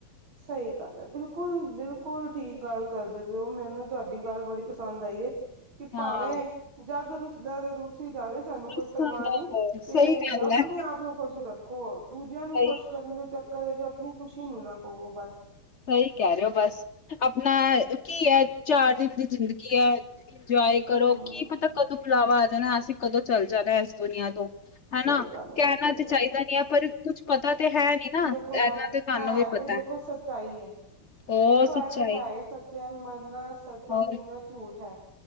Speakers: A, on the right; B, on the left.
A: ਸਹੀ ਗੱਲ ਹੈ ਬਿਲਕੁਲ ਬਿਲਕੁਲ ਠੀਕ ਗੱਲ ਕਰਦੇ ਪਏ ਉਹ ਮੈਨੂੰ ਤੁਹਾਡੀ ਗੱਲ ਬੜੀ ਪਸੰਦ ਆਈ ਕਿ
B: ਹਾਂ
A: ਭਾਵੇਂ ਜੱਗ ਰੁਸਦਾ ਤੇ ਰੁਸੀ ਜਾਵੇ ਸਾਨੂੰ ਕੋਈ
B: ਬਸ
A: ਪਰਵਾਹ
B: ਸੁੰਦਰ
A: ਨੀ
B: ਹੈ,
A: ਤੇ
B: ਸਹੀ ਗੱਲ
A: ਆਪਣੇ
B: ਹੈ
A: ਆਪ ਨੂੰ ਖੁਸ਼ ਰੱਖ ਕਹੋ ਦੂਜਿਆਂ ਨੂੰ
B: ਸਹੀ
A: ਖੁਸ਼ ਕਰਨ ਦੇ ਚੱਕਰ ਚ ਆਪਣੀ ਖੁਸ਼ੀ ਨੂੰ ਨਾ ਕਹਵੋ ਬਸ
B: ਸਹੀ ਕਹਿ ਰਹੇ ਹੋ ਬਸ ਆਪਣਾ ਕੀ ਹੈ ਚਾਰ ਦਿਨ ਦੀ ਜ਼ਿੰਦਗੀ ਹੈ ਇੰਜੋਏ ਕਰੋ
A: ਹਮ
B: ਕੀ ਪਤਾ ਕਦੋਂ ਬੁਲਾਵਾ ਆ ਜਾਣਾ ਅਸੀਂ ਕਦੋਂ ਚੱਲ ਜਾਣਾ ਇਸ ਦੁਨੀਆਂ ਤੋਂ ਹਨਾ
A: ਸਹੀ ਗੱਲ
B: ਕਹਿਣਾ
A: ਹੈ ਸਹੀ
B: ਤੇ ਚਾਹੀਦਾ
A: ਗੱਲ
B: ਨੀ ਹੈ ਪਰ ਕੁੱਛ ਪਤਾ ਤੇ ਹੈ ਨੀ ਨਾ।
A: ਦੇਖੋ
B: ਇਹਨਾਂ
A: ਯ
B: ਤੇ ਤੁਹਾਨੂੰ
A: ਹੈ
B: ਵੀ
A: ਤੇ
B: ਪਤਾ
A: ਦੇਖੋ ਸੱਚਾਈ ਹੈ
B: ਹੋਰ
A: ਦੇਖੋ
B: ਸੱਚਾਈ
A: ਇਹ ਤੇ ਹੈ ਹੀ ਸ ਸੱਚ ਹੈ ਮਰਨਾ ਸੱਚ ਹੈ
B: ਹੋਰ
A: ਜੀਣਾ ਝੂਠ ਹੈ